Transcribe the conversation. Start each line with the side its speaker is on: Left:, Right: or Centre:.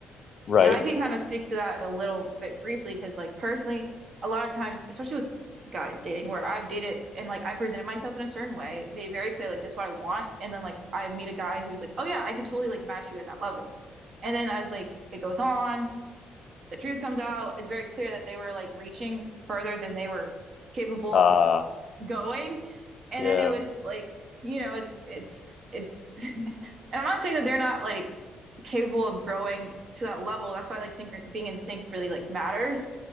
Left: right.
Right: And I can kind of speak to that a little bit briefly because, like, personally, a lot of times, especially with guys dating, where I've dated and like I presented myself in a certain way, made very clear, like, this is what I want. And then, like, I meet a guy who's like, oh, yeah, I could totally like match you at that level. And then, as like it goes on, the truth comes out, it's very clear that they were like reaching further than they were capable
Left: Uh,
Right: of going. And
Left: yeah,
Right: then it was like, you know, it's, it's, it's, <laughs> and I'm not saying that they're not like, capable of growing to that level. That's why like sync being in sync really like matters